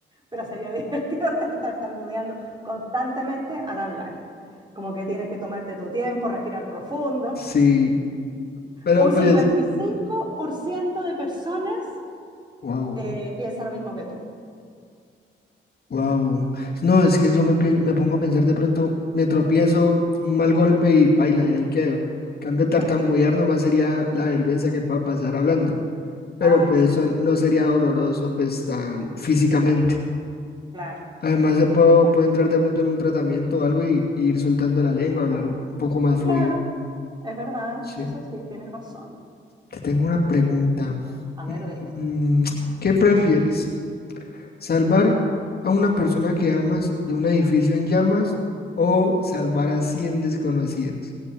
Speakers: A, on the right; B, on the left.
A: Pero sería <laughs> divertido estar tartamudeando constantemente al hablar. Como que tienes que tomarte tu tiempo, respirar profundo.
B: Sí, pero
A: Un
B: pues,
A: 55% de personas
B: wow.
A: eh, piensa lo mismo que tú.
B: Wow. No, es que yo me, pien- me pongo a pensar de pronto, me tropiezo, un mal golpe y paila, y ahí quedo. Cambio tartamudear
A: Claro.
B: nomás sería la vergüenza que pueda pasar hablando, pero
A: Ay,
B: pues
A: sí,
B: <laughs> eso no sería doloroso pues tan físicamente.
A: claro.
B: Además, se puedo,
A: Claro,
B: puedo entrar de pronto en un tratamiento o algo y, y ir soltando la lengua, hablar un poco más fluido.
A: Claro, es verdad,
B: Sí.
A: eso sí, tienes razón.
B: Te tengo una pregunta.
A: A ver, dime.
B: Mm, ¿Qué prefieres? Salvar a una persona que amas de un edificio en llamas o salvar a 100 desconocidos